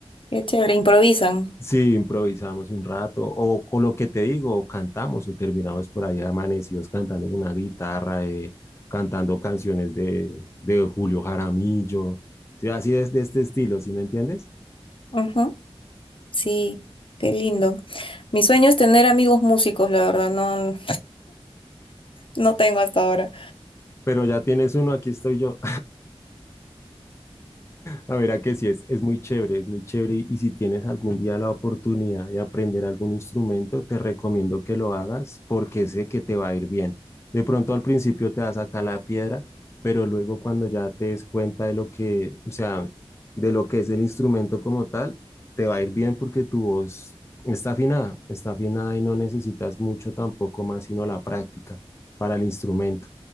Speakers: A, on the left (about 60°); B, on the left (about 25°).
A: qué chévere, improvisan.
B: Sí, improvisamos un rato, o con lo que te digo, o cantamos, o terminamos por ahí amanecidos cantando con una guitarra, eh, cantando canciones de, de Julio Jaramillo, sí, así es de este estilo, ¿sí me entiendes?
A: Ajá, Sí, qué lindo. Mi sueño es tener amigos músicos, la verdad, no, no tengo hasta ahora.
B: Pero ya tienes uno, aquí estoy yo. A ver, a que sí, es, es muy chévere, es muy chévere y, y si tienes algún día la oportunidad de aprender algún instrumento, te recomiendo que lo hagas porque sé que te va a ir bien. De pronto al principio te vas a sacar la piedra, pero luego cuando ya te des cuenta de lo que, o sea, de lo que es el instrumento como tal, te va a ir bien porque tu voz está afinada, está afinada y no necesitas mucho tampoco más sino la práctica para el instrumento,